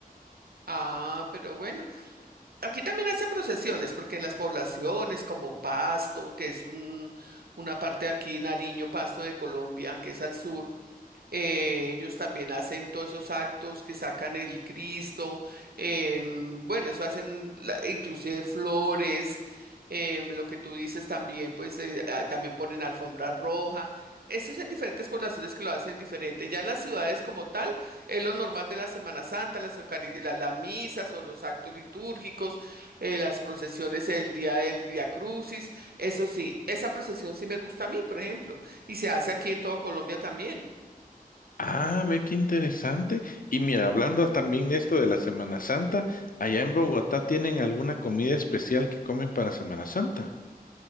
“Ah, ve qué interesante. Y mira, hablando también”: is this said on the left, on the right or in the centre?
Left